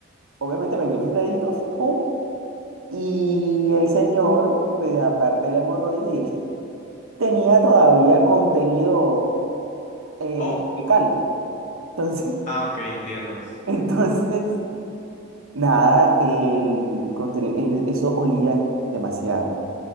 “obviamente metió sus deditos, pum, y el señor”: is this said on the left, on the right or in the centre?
Right